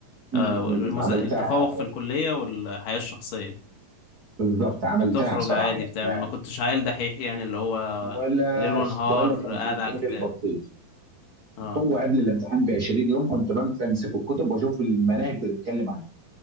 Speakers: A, on the right; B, on the left.
A: مم،
B: آه،
A: مم،
B: المذا-
A: عملتها
B: التفوق
A: آه،
B: في الكلية والحياة الشخصية
A: بالظبط عملتها
B: بتخرج
A: بصراحه
B: عادي
A: يعني
B: بتعمل
A: أنا
B: ما كنتش عيل دحيح يعني اللي هو
A: ولا
B: ليل ونهار
A: ولا كان
B: قاعد
A: في دماغي
B: على الكتاب
A: البطيخ
B: اه
A: هو قبل الامتحان ب 20 يوم كنت بمسك الكتب واشوف المناهج بتتكلم عنها